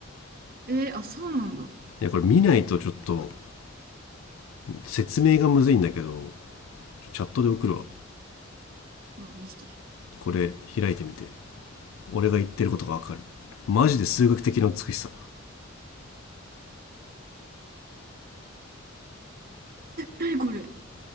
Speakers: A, on the right; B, on the left.
A: えーあ、そうなんだ。
B: いやこれ見ないとちょっと説明がむずいんだけどチャットで送るわ
A: あ、うん、見して。
B: これ開いてみて俺が言ってることがわかるマジで数学的な美しさ
A: え、なにこれ